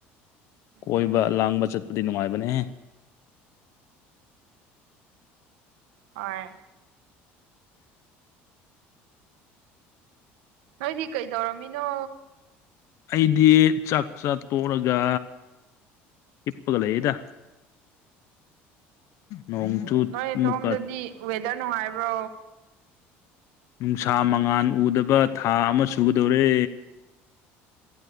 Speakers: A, on the left (about 60°); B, on the right (about 80°).
A: ꯀꯣꯏꯕ
B: ꯎꯝ
A: ꯂꯥꯡꯕ ꯆꯠꯄꯗꯤ ꯅꯨꯡꯉꯥꯏꯕꯅꯦꯍꯦ
B: ꯍ ꯅꯣꯏꯗꯤ ꯀꯩꯗꯧꯔꯝꯃꯤꯅꯣ
A: ꯑꯩꯗꯤ ꯆꯥꯛ ꯆꯥ ꯇꯣꯛꯂꯒ ꯏꯤꯞꯄꯒ ꯂꯩꯌꯦꯗ ꯅꯣꯡꯆꯨ
B: ꯑꯣ ꯅꯣꯏ
A: ꯑꯃꯨꯛꯀ
B: ꯏꯇꯣꯝꯗꯗꯤ ꯋꯦꯗꯔ ꯅꯨꯡꯉꯥꯏꯕ꯭ꯔꯣ
A: ꯅꯨꯡꯁꯥ ꯃꯉꯥꯜ ꯎꯗꯕ ꯊꯥ ꯑꯃ ꯁꯨꯒꯗꯧꯔꯦ